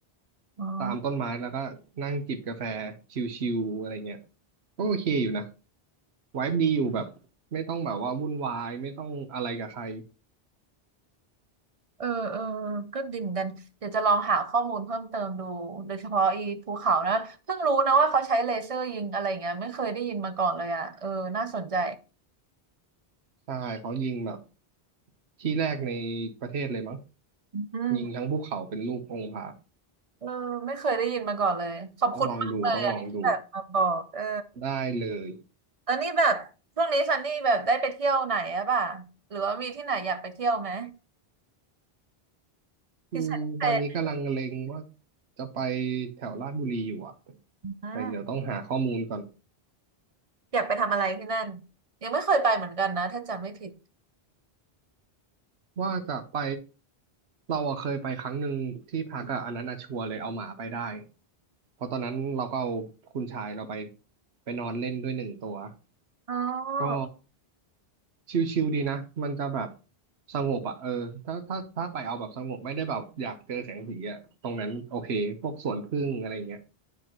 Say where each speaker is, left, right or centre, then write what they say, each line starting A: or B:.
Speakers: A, on the right; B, on the right.
A: อ๋อ
B: ตามต้นไม้แล้วก็นั่งจิบกาแฟชิลๆอะไรเงี้ยก็โอเคอยู่นะไวบ์ดีอยู่แบบไม่ต้องแบบว่าวุ่นวายไม่ต้องอะไรกับใคร
A: เออเออก็ดีเหมือนกันเดี๋ยวจะลองหาข้อมูลเพิ่มเติมดูโดยเฉพาะอีภูเขานะเพิ่งรู้นะว่าเขาใช้เลเซอร์ยิงอะไรเงี้ยไม่เคยได้ยินมาก่อนเลยอ่ะเออน่าสนใจ
B: ใช่เขายิงแบบที่แรกในประเทศเลยมั้ง
A: อืม
B: ยิงทั้งภูเขาเป็นรูปองค์พระ
A: เออไม่เคยได้ยินมาก่อนเลยขอบคุณมากเลยอ่ะที่แบบมาบอกเออ
B: ต้องลองดูต้องลองดูได้เลย
A: เออนี่แบบช่วงนี้ซันนี่แบบได้ไปเที่ยวไหนอะป่ะหรือว่ามีที่ไหนอยากไปเที่ยวไหม
B: อืมตอนนี้กำลังเล็งว่า
A: พิเศษพิเศษ
B: จะไปแถวลาดบุรีอยู่อ่ะ
A: อืม
B: แต่เดี๋ยวต้องหาข้อมูลก่อน
A: อยากไปทำอะไรที่นั่นยังไม่เคยไปเหมือนกันนะถ้าจำไม่ผิด
B: ว่าจะไปเราอะเคยไปครั้งหนึ่งที่พักอะอันนั้นอะชัวร์เลยเอาหมาไปได้เพราะตอนนั้นเราก็เอาคุณชายเราไปไปนอนเล่นด้วยหนึ่งตัว
A: อ๋อ
B: ก็ชิลๆดีนะ มันจะแบบสงบอ่ะเออถ้าถ้าถ้าไปเอาแบบสงบไม่ได้แบบอยากเจอแสงสีอ่ะตรงนั้นโอเคพวกสวนผึ้งอะไรเงี้ย